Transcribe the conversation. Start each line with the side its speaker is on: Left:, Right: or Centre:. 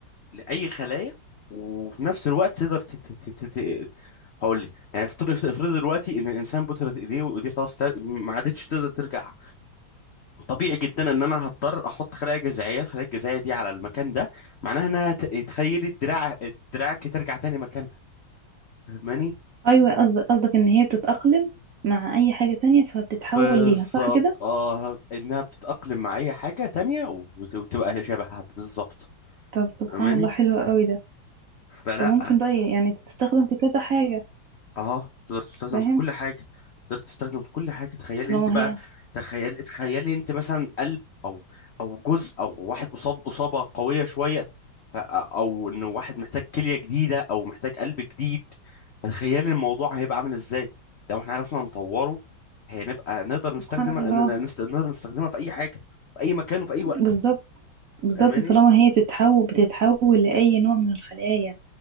Left: لأي خلايا وفي نفس الوقت تقدر ت- ت- ت- ت- هقول لك يعني افترض افترض دلوقتي ان الانسان بترت ايديه وايديه خلاص لا- ما عادتش تقدر ترجع طبيعي جدا ان انا هضطر احط خلايا جذعيه الخلايا الجذعيه دي على المكان ده معناها انها ت- تخيلي دراع دراعك ترجع تاني مكانها فاهماني
Right: ايوه قصدك قصدك ان هي بتتأقلم مع اي حاجة تانية فبتتحول
Left: بالظبط
Right: ليها صح كده
Left: اه انها بتتاقلم مع اي حاجه تانية وت- وتبقى شبهها بالظبط
Right: طب سبحان
Left: فاهماني
Right: الله حلو قوي ده
Left: فلا
Right: طب ممكن بقى يعني تستخدم في كذا حاجة
Left: اه تقدر تستخدم
Right: فاهم
Left: في كل حاجه تقدر تستخدم في كل حاجه تخيلي
Right: طالما
Left: انت بقى
Right: هي
Left: تخيل تخيلي انت مثلا قلب او او جزء او واحد اصاب اصابه قويه شويه ف- او انه واحد محتاج كليه جديده او محتاج قلب جديد تخيلي الموضوع هيبقى عامل ازاي لو احنا عرفنا نطوره هنبقى نقدر
Right: سبحان
Left: نستخدمها
Right: الله
Left: اننا نست- نقدر نستخدمها في اي حاجه في اي مكان وفي اي وقت
Right: بالظبط بالظبط
Left: فاهماني
Right: طالما هي بتتحول بتتحول لأي نوع من الخلايا